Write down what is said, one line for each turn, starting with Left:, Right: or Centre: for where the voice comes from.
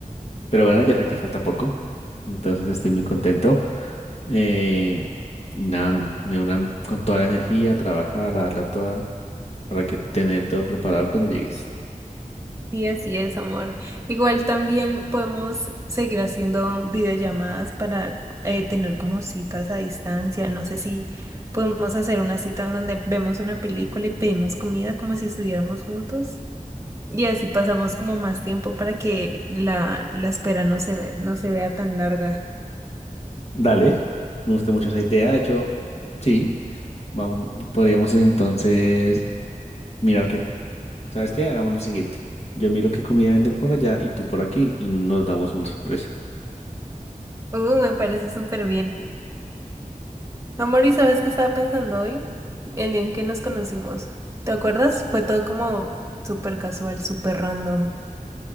Left: pero bueno, ya sé que falta poco. Entonces estoy muy contento. Eh, nada, me unan con toda la energía, trabajar, a darla toda, para que tener todo preparado cuando llegues.
Right: Sí, así es, amor. Igual también podemos seguir haciendo videollamadas para eh, tener como citas a distancia. No sé si podemos hacer una cita en donde vemos una película y pedimos comida como si estuviéramos juntos. Y así pasamos como más tiempo para que la, la espera no se ve, no se vea tan larga.
Left: Dale, me gusta mucho esa idea. De hecho, sí, vamos, podríamos entonces mirar que, ¿sabes qué? Hagamos lo siguiente. Yo miro qué comida venden por allá y tú por aquí y nos damos una sorpresa.
Right: Uh, me parece súper bien. Amor, ¿y sabes qué estaba pensando hoy? El día en que nos conocimos. ¿Te acuerdas? Fue todo como súper casual, súper random.